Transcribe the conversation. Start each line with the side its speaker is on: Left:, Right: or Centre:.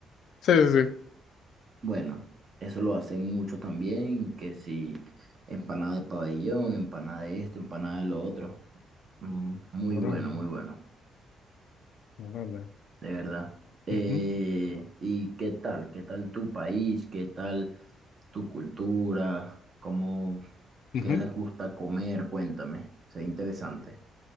Left: Sí, sí, sí.
Right: Bueno, eso lo hacen mucho también, que si empanada de pabellón, empanada de esto, empanada de lo otro. Mm, Muy
Left: Órale,
Right: bueno, muy bueno,
Left: órale.
Right: de verdad. Eh,
Left: Ujú,
Right: ¿y qué tal? ¿Qué tal tu país? ¿Qué tal tu cultura? ¿Cómo,
Left: ujú.
Right: qué les gusta comer? Cuéntame, sea interesante.